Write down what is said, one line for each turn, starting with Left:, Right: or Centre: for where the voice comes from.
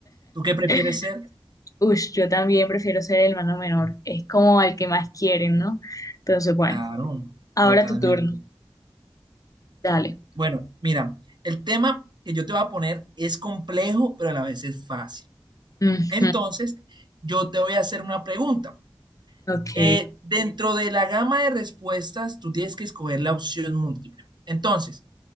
Right: ¿Tú qué prefieres
Left: <laughs>
Right: ser?
Left: ush, yo también prefiero ser el hermano menor. Es como el que más quieren, ¿no? Entonces, bueno,
Right: Claro,
Left: ahora
Right: totalmente.
Left: tu turno. Dale.
Right: Bueno, mira, el tema que yo te voy a poner es complejo, pero a la vez es fácil.
Left: Ujú,
Right: Entonces, yo te voy a hacer una pregunta.
Left: Ok,
Right: Eh, dentro de la gama de respuestas, tú tienes que escoger la opción múltiple. Entonces,